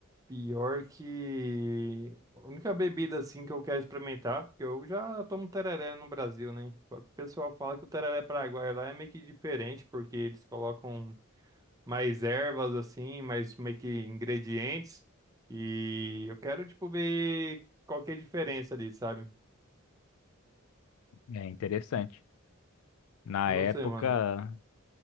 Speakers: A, on the right (about 15°); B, on the left (about 80°).
A: Pior que a única bebida assim que eu quero experimentar, porque eu já tomo tereré no Brasil, né? Só que o pessoal fala que o tereré paraguaio lá é meio que diferente, porque eles colocam mais ervas assim, mais meio que ingredientes. E eu quero tipo ver qual que é a diferença ali, sabe?
B: É interessante. Na
A: E você,
B: época,
A: mano?